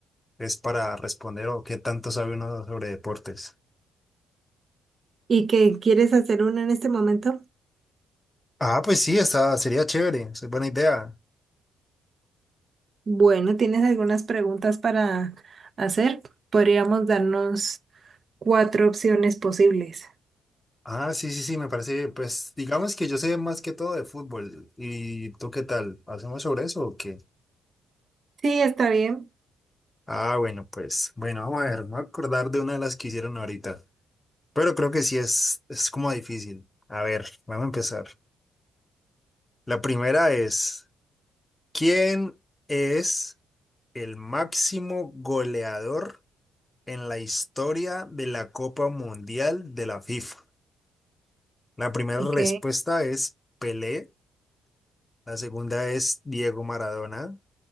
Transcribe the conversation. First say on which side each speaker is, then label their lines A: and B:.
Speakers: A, on the left; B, on the right.
A: es para responder o qué tanto sabe uno sobre deportes.
B: ¿Y qué quieres hacer uno en este momento?
A: Ah, pues sí, está, sería chévere, es buena idea.
B: Bueno, ¿tienes algunas preguntas para hacer? Podríamos darnos cuatro opciones posibles.
A: Ah, sí, sí, sí, me parece, pues digamos que yo sé más que todo de fútbol. ¿Y tú qué tal? ¿Hacemos sobre eso o qué?
B: Sí, está bien.
A: Ah, bueno, pues, bueno, vamos a ver, me voy a acordar de una de las que hicieron ahorita, pero creo que sí es, es como difícil. A ver, vamos a empezar. La primera es, ¿quién es el máximo goleador? en la historia de la Copa Mundial de la FIFA? La primera
B: Ok.
A: respuesta es Pelé, la segunda es Diego Maradona,